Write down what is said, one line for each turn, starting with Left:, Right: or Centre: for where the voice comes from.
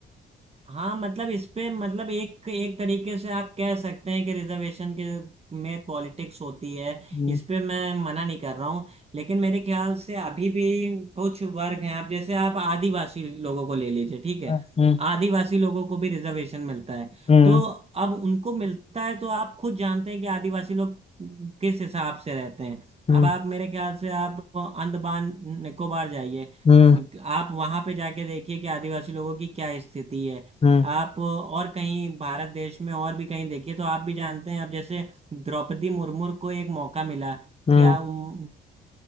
Right: हाँ मतलब इस पे मतलब एक एक तरीके से आप कह सकते हैं कि रिजर्वेशन के में पॉलिटिक्स होती है
Left: हम्म,
Right: इस पे मैं मना नहीं कर रहा हूँ लेकिन मेरे ख्याल से अभी भी कुछ वर्ग हैं आप जैसे आप आदिवासी लोगों को ले लीजिए ठीक है
Left: हम्म
Right: आदिवासी लोगों को भी रिजर्वेशन मिलता है
Left: हम्म
Right: तो अब उनको मिलता है तो आप खुद जानते हैं कि आदिवासी लोग किस हिसाब से रहते हैं
Left: हम्म
Right: अब आप मेरे ख्याल से आप अंडमान निकोबार जाइए
Left: हम्म
Right: आप वहां पे जाके देखिए कि आदिवासी लोगों की क्या स्थिति है
Left: हम्म
Right: आप और कहीं भारत देश में और भी कहीं देखिए तो आप भी जानते हैं अब जैसे द्रौपदी मुर्मू को एक मौका मिला
Left: हम्म
Right: क्या उम,